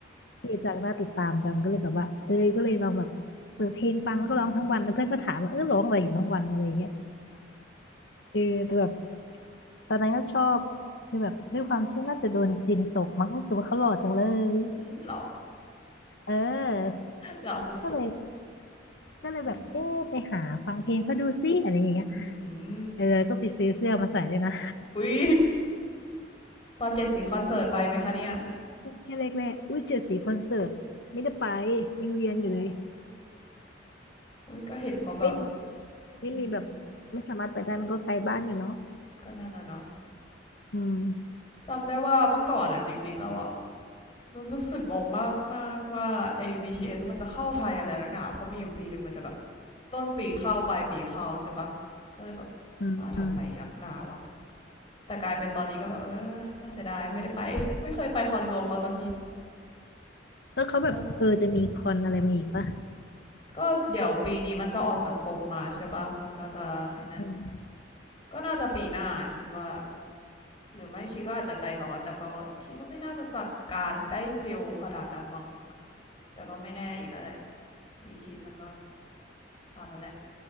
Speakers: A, on the left; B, on the left.
A: เท่จังน่าติดตามจังก็เลยแบบว่าเอ้ยก็เลยลองแบบเปิดเพลงฟังแล้วก็ร้องทั้งวันแล้วเพื่อนก็ถามว่าเออร้องอะไรอยู่ทั้งวันอะไรอย่างเงี้ย
B: อืม
A: เออแต่แบบตอนนั้นก็ชอบคือแบบด้วยความที่น่าจะโดนจินตกมั้งรู้สึกว่าเขาหล่อจังเลย
B: อืมหล่อ
A: เออ
B: หล่อสุด
A: ก็เลย
B: ๆอืม
A: ก็เลยแบบเอ๊ะไปหาฟังเพลงเขาดูซิอะไรอย่างเงี้ย
B: อืม
A: เออก็ไปซื้อเสื้อมาใส่ด้วยนะ
B: อุ้ยตอนเจ็ดสีคอนเสิร์ตไปไหมคะเนี่ย
A: แค่แรกๆอุ้ยเจ็ดสีคอนเสิร์ตไม่ได้ไปยังเรียนอยู่เลย
B: อ๋ออุ้ยก็เห็นเขาแบบ
A: ไม่มีไม่มีแบบ
B: อืม
A: ไม่สามารถไปได้มันก็ไกลบ้านอยู่เนาะ
B: ก็นั่นน่ะเนาะ
A: อืม
B: จำได้ว่าเมื่อก่อนอ่ะจริงๆแล้วอ่ะนึกรู้สึกงงมากมากว่าไอ้ BTS มันจะเข้าไทยอะไรนักหนาเพราะมีอยู่ปีหนึ่งมันจะแบบต้นปีเข้าปลายปีเข้าใช่ปะก็เลยแบบ
A: อืมอืม
B: มาทำไมนักหนาวะแต่กลายเป็นตอนนี้ก็แบบเออน่าเสียดายไม่ได้ไป <laughs> ไม่เคยไปคอนรวมเขาสักที
A: แล้วเขาแบบเออจะมีคอนอะไรมาอีกปะ
B: อ่ะก็เดี๋ยวปีนี้มันจะออกจากกรมมาใช่ปะมันก็จะไอ้นั่น
A: อืม
B: ก็น่าจะปีหน้าคิดว่า หรือไม่ชีก็อาจจะใจร้อนแต่ก็คิดว่าไม่น่าจะจัดการได้เร็วขนาดนั้นมั้งแต่ก็ไม่แน่อีกอะแหละบีคิดมันก็ตามมันแหละ